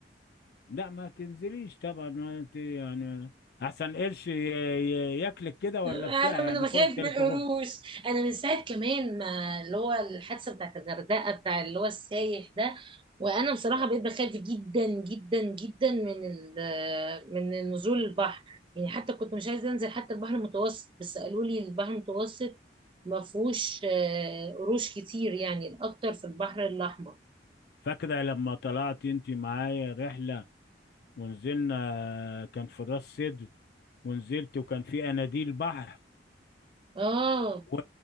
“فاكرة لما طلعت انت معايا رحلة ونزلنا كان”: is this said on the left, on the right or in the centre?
Left